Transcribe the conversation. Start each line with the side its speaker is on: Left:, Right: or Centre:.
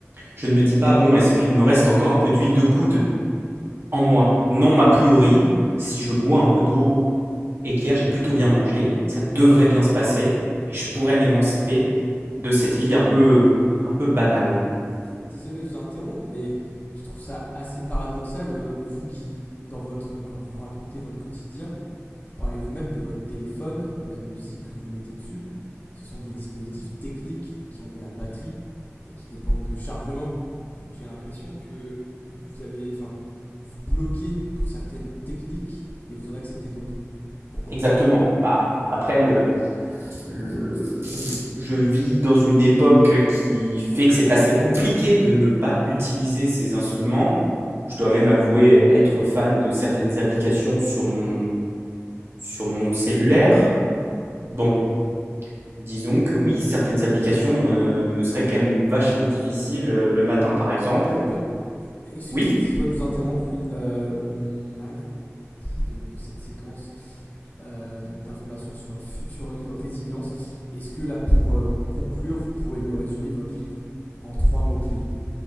Right: je ne me dis pas, bon, est-ce qu'il me reste encore un peu d'huile de coude en moi. Non, a priori, si je bois un peu d'eau et qu'hier j'ai plutôt bien mangé, ça devrait bien se passer et je pourrais m'émanciper de cette vie un peu,
Left: Mais
Right: un peu banale.
Left: Désolé de vous interrompre, mais je trouve ça assez paradoxal, euh, vous qui, dans votre, quand vous racontez votre quotidien, vous parlez vous-même de votre téléphone, de la musique que vous mettez dessus. Ce sont des dispositifs techniques qui ont de la batterie et qui dépendent de chargement. Donc j'ai l'impression que vous avez, enfin, vous bloquez pour certaines techniques, mais vous en acceptez d'autres. Pourquoi
Right: Exactement. Bah, après, le, le- je vis dans une époque qui fait que c'est assez compliqué de ne pas utiliser ces instruments. Je dois même
Left: Oui.
Right: avouer être fan de certaines applications sur mon, sur mon cellulaire.
Left: Mmh.
Right: Bon, Disons que oui, certaines applications euh, me seraient quand même vachement difficiles euh, le matin, par exemple.
Left: Je- euh, Excusez-moi
Right: Oui,
Left: de vous interrompre. Oui, euh, on arrive au bout donc, de cette séquence euh, donc d'informations sur votre futur livre Résilience. Est-ce que là, pour euh, conclure, vous pouvez me résumer votre livre en trois mots-clés